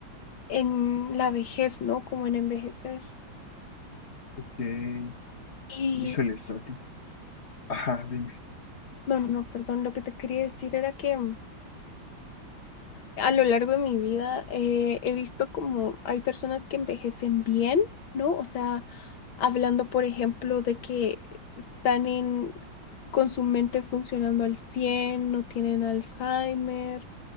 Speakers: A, on the left (about 85°); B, on the left (about 35°).
A: en la vejez, ¿no? Como en envejecer.
B: que,
A: Y,
B: Híjole, Soti. Ajá, dime.
A: no, no, no, perdón, lo que te quería decir era que... a lo largo de mi vida eh, he visto como hay personas que envejecen bien, ¿no? O sea, hablando, por ejemplo, de que están en, con su mente funcionando al cien no tienen Alzheimer,